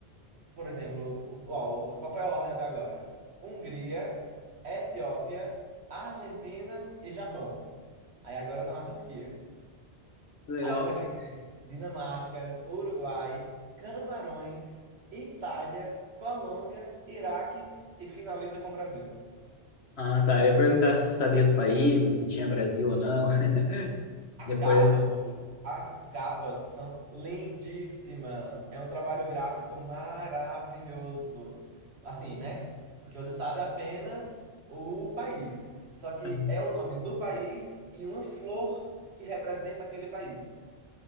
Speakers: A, on the right (about 75°); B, on the left (about 75°).
A: por exemplo, o- ó, o- qual foi a ordem até agora? Hungria, Etiópia, Argentina e Japão. Aí agora tá na Turquia.
B: Legal.
A: Aí depois vai Dinamarca, Uruguai, Camarões, Itália, Colômbia, Iraque e finaliza com o Brasil.
B: Ah, tá. Eu ia perguntar se tu sabia os países, se tinha Brasil ou não. <laughs>
A: A
B: Depois.
A: capa do. As capas são lindíssimas. É um trabalho gráfico maravilhoso. Assim, né? Porque você sabe apenas o país. Só que
B: Uhum.
A: é o nome do país e uma flor que representa aquele país.